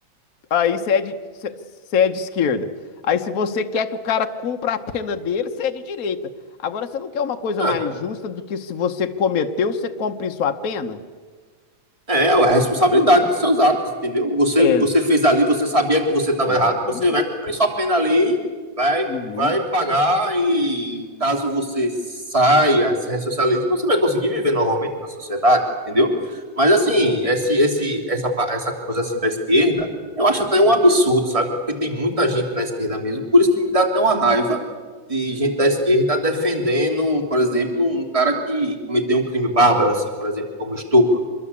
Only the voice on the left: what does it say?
aí você é de, você você é de esquerda. Aí, se você quer que o cara cumpra a pena dele, você é de direita. Agora, você não quer uma coisa
mais justa do que se você cometeu, você cumprir sua pena?
Ex-
Exatamente.
Uhum.